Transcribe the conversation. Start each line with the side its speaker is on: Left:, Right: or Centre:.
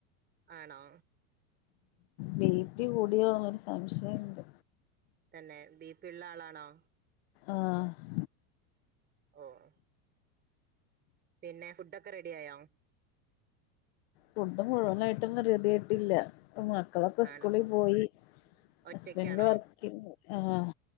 Right: ആണോ
Left: ബി പി കൂടിയോന്നൊരു സംശയമുണ്ട്
Right: തന്നെ ബി പി ഉള്ള ആളാണോ
Left: ആഹ്
Right: ഓഹ് പിന്നെ ഫുഡ് ഒക്കെ റെഡിയായോ
Left: ഫുഡ് മുഴുവനായിട്ട് ഒന്നും റെഡിയായിട്ടില്ല ഇപ്പൊ മക്കളൊക്കെ
Right: ആണോ
Left: സ്കൂളി പോയി
Right: ഒറ്റയ്ക്കാണോ
Left: ഹസ്ബന്റ് വർക്കിന് പോയി ആഹ്